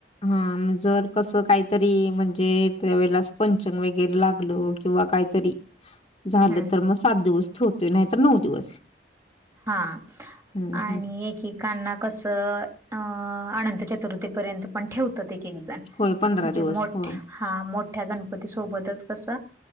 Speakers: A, on the left; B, on the right.
A: हा म जर कसं काहीतरी म्हणजे त्यावेेळेला पंचंग वगैरे लागलं किंवा काहीतरी, झालं
B: हम्म
A: तर म सात दिवस ठेवतोय नाही तर नऊ दिवस.
B: हा
A: हम्म
B: आणि
A: हम्म
B: एकेक कस अ अनंत चतुर्थी पर्यंत पण ठेवतात एक एक जण.
A: होय पंधरा
B: म्हणजे
A: दिवस
B: मोठ्या
A: होय
B: हा मोठ्या गणपती सोबतच कस